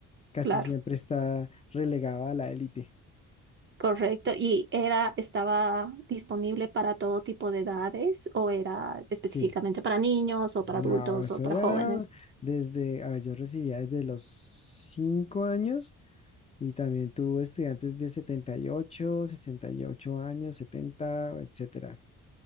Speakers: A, on the left; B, on the right.
A: casi
B: claro.
A: siempre está relegado a la élite.
B: Correcto. ¿Y era, estaba disponible para todo tipo de edades o era específicamente
A: Sí.
B: para niños o para
A: No,
B: adultos
A: eso
B: o para
A: era
B: jóvenes?
A: desde, a ver, yo recibía desde los 5 años y también tuve estudiantes de setenta y ocho sesenta y ocho años, setenta etcétera.